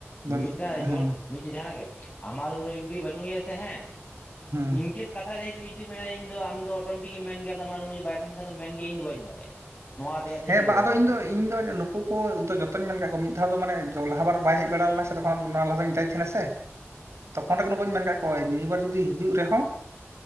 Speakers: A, on the right (about 80°); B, on the left (about 25°).
A: ᱵᱟᱹᱱᱩᱜ
B: ᱢᱤᱫᱴᱟᱝ ᱡᱚᱱ
A: ᱦᱩᱸ
B: <unintelligible> ᱢᱤᱫᱴᱤᱡ ᱡᱟᱦᱟᱱᱟᱜ ᱜᱮ ᱟᱢᱟᱜ ᱨᱩᱢ ᱨᱮ ᱡᱩᱫᱤ ᱵᱟᱹᱱᱩᱭᱟ ᱥᱮ ᱦᱮᱸ
A: ᱦᱩᱸ
B: ᱤᱱᱠᱮᱥ ᱠᱟ- ᱠᱟᱛᱷᱟ ᱨᱮ <unintelligible> ᱡᱩᱫᱤ ᱢᱮᱱᱟ ᱤᱧ ᱫᱚ ᱟᱢ ᱫᱚ ᱚᱴᱳᱢᱮᱴᱤᱠ ᱮᱢ ᱢᱮᱱ ᱜᱮᱭᱟᱢ ᱟᱫᱚ ᱟᱢᱟᱜ ᱨᱩᱢ ᱨᱮ ᱵᱟᱭ ᱛᱟᱦᱮᱱ ᱠᱷᱟᱱ ᱫᱚ ᱢᱮᱱ ᱜᱮᱭᱟ ᱤᱧ ᱫᱚ ᱵᱟᱹᱧ ᱵᱟᱲᱟᱭᱟ᱾ ᱱᱚᱣᱟ ᱨᱮᱭᱟᱜ ᱫᱚ
A: ᱦᱮᱸ
B: ᱪᱮᱫ ᱦᱚᱸ
A: ᱵᱟ
B: ᱵᱟᱝ
A: ᱟᱫᱚ
B: ᱠᱟᱱᱟ
A: ᱤᱧ
B: ᱱᱚᱣᱟ ᱫᱚ᱾
A: ᱤᱧ ᱫᱚ ᱟᱭᱟᱜ ᱱᱩᱠ ᱩᱱᱠᱩ ᱠᱚ ᱡᱚᱛᱚᱧ ᱢᱮᱱ ᱟᱠᱟᱫ ᱠᱚᱣᱟ ᱢᱤᱫ ᱫᱷᱟᱣ ᱫᱚ ᱢᱟᱱᱮ ᱡᱚ ᱞᱟᱦᱟ ᱵᱟᱨ ᱵᱟᱭ ᱦᱮᱡ ᱵᱟᱲᱟ ᱞᱮᱱᱟ ᱥᱮ ᱛᱚᱠᱷᱱ ᱚᱱᱟ ᱞᱟᱦᱟᱫᱚᱧ ᱢᱮᱛᱟᱫᱮ ᱛᱟᱦᱮᱱᱟ ᱥᱮ᱾ <inaudible>
B: ᱦᱮᱸ᱾
A: ᱛᱚᱠᱷᱚᱱ ᱨᱮᱜᱮ ᱱᱩᱠᱩᱧ ᱢᱮᱱ ᱠᱟᱜ ᱠᱚᱣᱟᱧ, ᱱᱤᱭᱟᱹ ᱵᱟᱨ ᱡᱩᱫᱤ ᱦᱤᱡᱩᱜ ᱨᱮᱦᱚᱸ